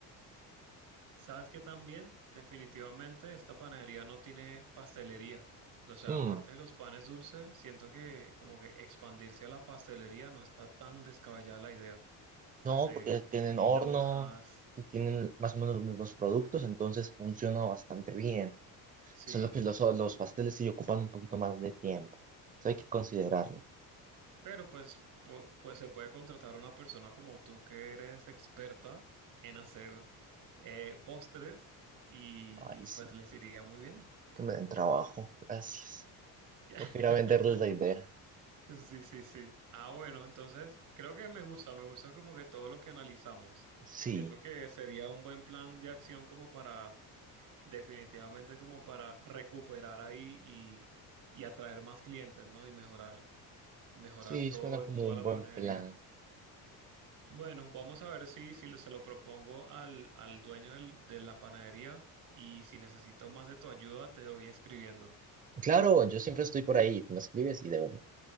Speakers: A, on the right (about 55°); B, on the right (about 20°).
A: ¿sabes qué también? Definitivamente esta panadería no tiene pastelería. O sea,
B: Mm,
A: aparte de los panes dulces, siento que como que expandirse a la pastelería no está tan descabellada la idea.
B: no,
A: Hacer
B: porque tienen
A: mil
B: horno
A: hojas,
B: y tienen más o menos los mismos productos, entonces funciona bastante bien.
A: sí.
B: Solo que los, los pasteles sí ocupan un poquito más de tiempo. Eso hay que considerarlo.
A: Pero pues, po- pues se puede contratar a una persona como tú que eres experta en hacer eh, postres y,
B: Ay,
A: y
B: sí.
A: pues les iría muy bien.
B: Que me den trabajo. Gracias.
A: <laughs>
B: Toca ir a venderles la idea.
A: Sí, sí, sí. Ah, bueno, entonces creo que me gusta, me gusta como que todo lo que analizamos.
B: Sí,
A: Siento que sería un buen plan de acción como para, definitivamente como para recuperar ahí y, y atraer más clientes, ¿no? Y mejorar, mejorar
B: sí,
A: todo,
B: suena como
A: toda
B: un
A: la
B: buen
A: panadería.
B: plan.
A: Bueno, vamos a ver si, si lo- se lo propongo al, al dueño del- de la panadería y si necesito más de tu ayuda, te doy escribiendo.
B: Claro, yo siempre estoy por ahí. Me escribes y de una.